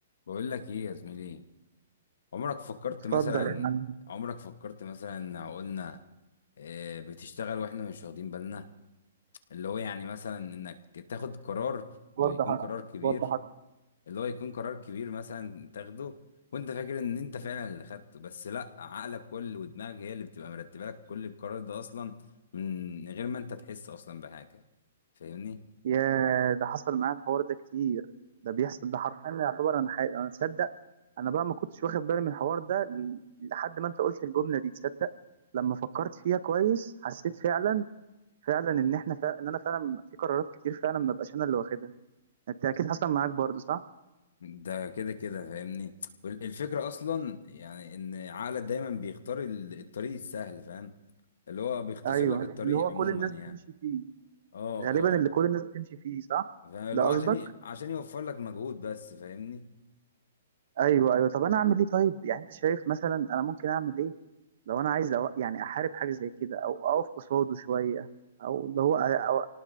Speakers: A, on the left; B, on the right.
A: بقول لك ايه يا زميلي عمرك فكرت
B: اتفضل
A: مثلا
B: يا عم
A: عمرك فكرت مثلا قلنا آه، بتشتغل واحنا مش واخدين بالنا اللي هو يعني مثلا انك تاخد قرار
B: وضح
A: ويكون قرار كبير
B: وضح أكتر.
A: اللي هو يكون قرار كبير مثلا تاخده وانت فاكر ان انت فعلا اللي خدته بس لا عقلك كل ودماغك هي اللي بتبقى مرتبه لك كل القرار ده اصلا من غير ما انت تحس اصلا بحاجه فاهمني
B: يا ده حصل معايا الحوار ده كتير ده بيحصل ده حرفيا يعتبر انا حي... انا تصدق انا بقى ما كنتش واخد بالي من الحوار ده ل- لحد ما انت قلت الجمله دي تصدق لما فكرت فيها كويس حسيت فعلا فعلا ان احنا فعلا ان انا فعلا في قرارات كتير فعلا ما بقاش انا اللي واخدها انت اكيد حصل معاك برضه صح
A: ده كده كده فاهمني وال- الفكرة أصلا يعني إن عقلك دايما بيختار ال- الطريق السهل فاهم اللي هو بيختصر
B: ايوه
A: لك الطريق
B: اللي هو
A: عموما
B: كل الناس
A: يعني
B: بتمشي فيه
A: اه
B: غالبا اللي
A: اه
B: كل الناس بتمشي فيه صح
A: فاللي
B: ده
A: هو
B: قصدك
A: عشان ي... عشان يوفر لك مجهود بس فاهمني
B: ايوه ايوه طب انا اعمل ايه طيب يعني انت شايف مثلا انا ممكن اعمل ايه لو انا عايز أو يعني احارب حاجه زي كده او اقف قصاده شويه او اللي هو أ- أو